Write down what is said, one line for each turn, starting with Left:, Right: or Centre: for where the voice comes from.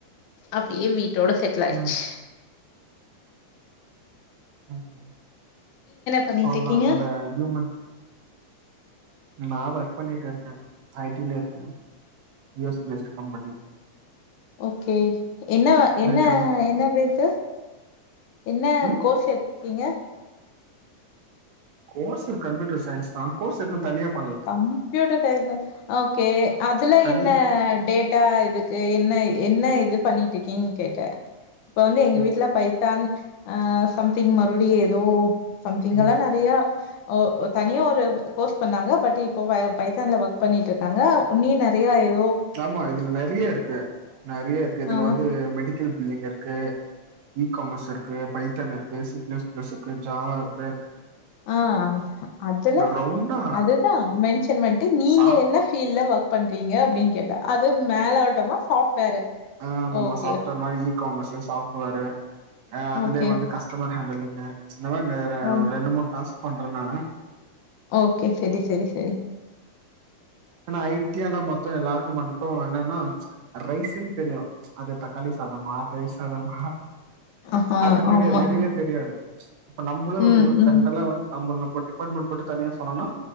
Left: அப்டியே வீட்டோட செட்ல்லாயிச்சு
Right: ம்
Left: <inaudible>
Right: ம்ஹும்
Left: பண்ணிட்டு
Right: அவ்ள்தா
Left: இருக்கீங்க
Right: இந்த ஹூயூமன் நா ஒர்க்ப் பண்ணிட்டிருக்க ஐ டி லருக்க U S based company
Left: okay என்ன என்ன
Right: நைட்டெல்லா
Left: என்ன டேட்டு என்ன
Right: ம்
Left: கோர்ஸ் எடுத்தீங்க
Right: கோர்ஸு கம்ப்யூட்டர் சைன்ஸு தா கோர்ஸ் எதும் தனியாப்
Left: கம்ப்யூட்டர் சைய்ன்ஸ்தா ஓக்கே அதுல
Right: தனி
Left: என்ன டேட்டா இது க்கு என்ன என்ன இதுப் பண்ணிட்டுக்கீங்கனு கேட்ட இப்பவந்து எங்க
Right: ம்
Left: வீட்ல பைத்தான் ஆஹ் சம்திங் மறுபடியும் ஏதோ சம்திங்கல்லா
Right: ம்
Left: நெறையா ஓ ஒர் தனியா ஒரு கோர்ஸ் பண்ணாங்க பட் இப்போ வ பைத்தான்ல ஒக் பண்ணிட்டுருக்காங்க வுன்னியு நெறையா இரு
Right: ஆமா இதுல நெறையாருக்கு நெறையாருக்கு இதுல
Left: ஆ
Right: வந்து மெடிக்கல் பில்லிங் இருக்கு ஈ காமர்ஸ் இருக்கு பைத்தான் இருக்கு சி ப்ளஸ் ப்ளஸ் இருக்கு ஜாவாருக்கு
Left: ஆஹ் அதுல
Right: ரவுண்டா
Left: அதுதா மென்ஷன் பண்ட்டு நீங்க
Right: சாப்
Left: என்ன ஃபீல்ல ஒர்க் பண்றீங்க அப்டின்னுக் கேட்ட அது மேலோட்டமா சாஃப்ட்வேரு
Right: ஆமாம்மா
Left: ஓகே
Right: சாஃப்ட்வேர் மாரி ஈக்காமர்ஸ் சாஃப்ட்வேரு ஆஹ் அதுலயே
Left: ஓகே
Right: வந்துக் கஸ்டமர் ஹாண்டலிங் கு இந்த மாரி நெரு
Left: ஓ
Right: ரெண்டு மூணு டாஸ்க் பண்றே நானு
Left: ஓகே செரி செரி செரி
Right: ஆனா ஐட்டியால மொத்தொ எல்லாருக்குமட் டோ என்னன்னா ரைஸுன் தெரியும் அதுத் தக்காளி சாதமா தயிர் சாதமா
Left: ஆஹா
Right: அதுத் தெரியாது
Left: ஆமா
Right: நெறையாத் தெரியாது இப்ப நம்பளே ஒருப்பு
Left: ம் ம்
Right: ஜென்ட்ரலா வந்து நம்பல் நம்ப டிப்பார்ட்மண்ட் மட்டுத் தனியா சொன்னோனா